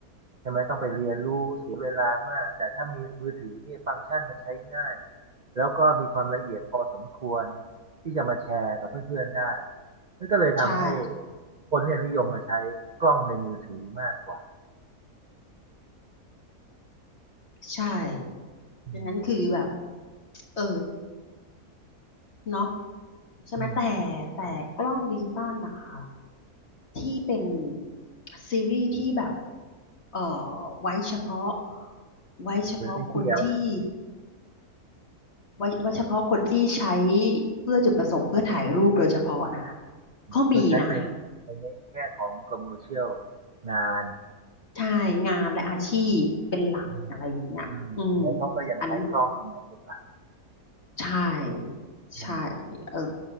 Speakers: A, on the right; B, on the left.
A: ใช่ไหมต้องไปเรียนรู้เสียเวลามากแต่ถ้ามีมือถือเนี่ยฟังก์ชันมันใช้ง่ายแล้วก็มีความละเอียดพอสมควรที่จะมาแชร์กับเพื่อนๆได้มันก็เลยทำให้
B: ใช่
A: คนเนี่ยนิยมมาใช้กล้องในมือถือมากกว่า
B: ใช่
A: อืม
B: ดังนั้นคือแบบเออ เนาะใช่ไหมแต่
A: อืม
B: แต่กล้องดิจิตอลนะคะที่เป็นซีรีส์ที่แบบเอ่อไว้เฉพาะไว้เฉพาะคนที่
A: เหมือนเป็นเดียว
B: ไว้ไว้เฉพาะคนที่ใช้เพื่อจุดประสงค์เพื่อถ่ายรูปโดยเฉพาะนะก็มีนะ
A: เพื่อใช้เป็นในแง่ของคอมเมอร์เชียลงาน
B: ใช่งานและอาชีพเป็นหลักอะไรอย่างเงี้ยอืม
A: อืมอืมอันนั้นเขาก็ยังใช้กล้องตรงนั้นเป็นหลัก
B: อันนั้น ใช่
A: อืม
B: ใช่เออ